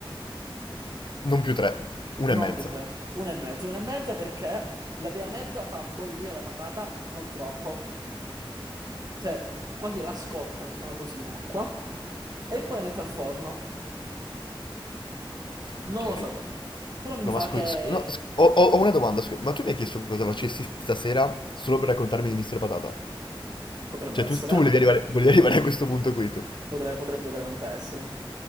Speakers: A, on the left (about 60°); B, on the right (about 45°).
A: Non più tre. Una
B: Non
A: e mezza.
B: più tre, una e mezza, una e mezza perché la prima mezza fa bollire la patata, non troppo, cioè quasi la scotta, mettiamola così, in acqua, e poi la metto al forno. Non
A: Ok.
B: lo so il perché, però mi
A: No,
B: fa
A: ma scusa,
B: che...
A: scu- no, scu- ho, ho-
B: Sì,
A: ho una domanda, scusa. Ma tu mi hai chiesto cosa facessi stasera solo per raccontarmi di Mister Patata?
B: potrebbe
A: Cioè,
B: essere.
A: tu, tu
B: eh.
A: volevi arrivare, volevi arrivare a questo punto qui, tu.
B: Potre- potrebbe veramente essere.